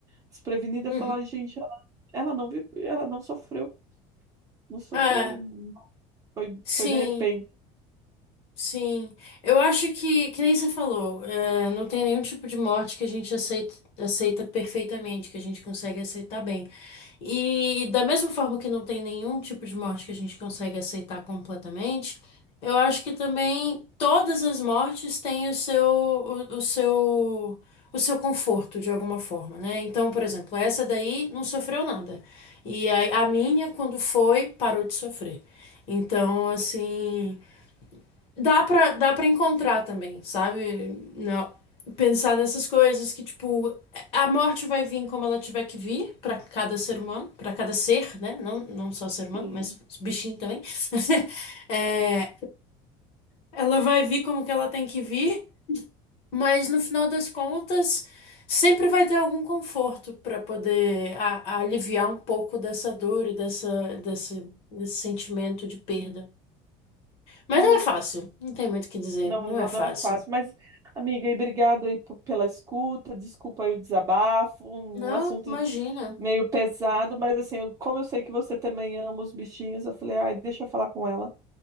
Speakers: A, on the right; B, on the left.
A: desprevenida,
B: Uhum.
A: é falar, gente, ela, ela não vive, ela não sofreu, não sofreu,
B: Ah,
A: foi,
B: sim.
A: foi de repente.
B: Sim, eu acho que, que nem você falou, é, não tem nenhum tipo de morte que a gente aceita, aceita perfeitamente, que a gente consegue aceitar bem. E da mesma forma que não tem nenhum tipo de morte que a gente consegue aceitar completamente, eu acho que também todas as mortes têm o seu, o, o seu, o seu conforto de alguma forma, né? Então, por exemplo, essa daí não sofreu nada. E a, a minha, quando foi, parou de sofrer. Então, assim. Dá pra, dá pra encontrar também, sabe? Não. Pensar nessas coisas que, tipo, a morte vai vir como ela tiver que vir pra cada ser humano, pra cada ser, né? Não, não só ser humano,
A: Enfim,
B: mas bichinho também. <laughs> É, ela vai vir como que ela tem que vir, mas no final das contas, sempre vai ter algum conforto pra poder a- aliviar um pouco dessa dor e dessa, desse, desse sentimento de perda. Mas
A: é,
B: não é fácil, não tem muito o que dizer,
A: não,
B: não
A: não,
B: é fácil.
A: não é fácil, mas, amiga, e obrigado aí p- pela escuta, desculpa aí o desabafo, um
B: Não,
A: assunto
B: imagina.
A: meio pesado, mas assim, eu- como eu sei que você também ama os bichinhos, eu falei, ai, deixa eu falar com ela